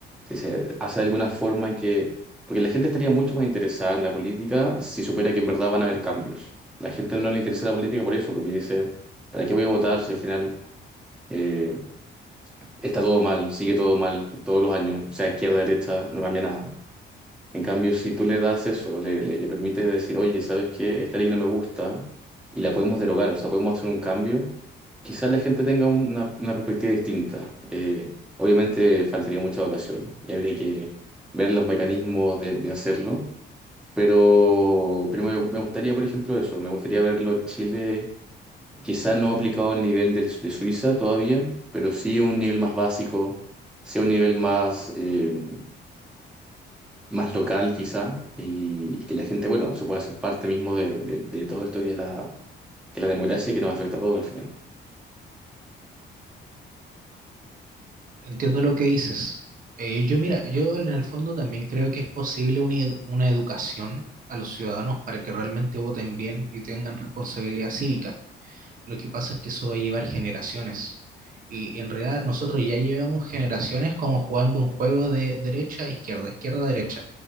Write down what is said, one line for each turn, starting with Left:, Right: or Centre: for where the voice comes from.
Centre: si se hace de alguna forma en que... Porque la gente estaría mucho más interesada en la política si supiera que en verdad van a haber cambios. La gente no le interesa la política por eso, porque dice, ¿para qué voy a votar si al final eh, está todo mal, sigue todo mal todos los años, sea izquierda, derecha, no cambia nada? En cambio, si tú le das eso, le, le, le permites decir, oye, ¿sabes qué? Esta ley no me gusta y la podemos derogar, o sea, podemos hacer un cambio, quizás la gente tenga un- una, una perspectiva distinta. Eh, obviamente faltaría mucha ocasión y habría que ver los mecanismos de, de hacerlo, pero, pero me, me gustaría, por ejemplo, eso, me gustaría verlo en Chile, quizás no aplicado al nivel del- de, Suiza todavía, pero sí a un nivel más básico, sí a un nivel más... eh, más local quizá y, y que la gente, bueno, se pueda hacer parte mismo de, de- de todo esto que es la, que es la democracia y que nos afecta a todos al final.
Right: Entiendo lo que dices. Eh, yo mira, yo en el fondo también creo que es posible una, ed- una educación a los ciudadanos para que realmente voten bien y tengan responsabilidad cívica. Lo que pasa es que eso va a llevar generaciones. Y en realidad nosotros ya llevamos generaciones como jugando un juego de derecha, izquierda, izquierda, derecha.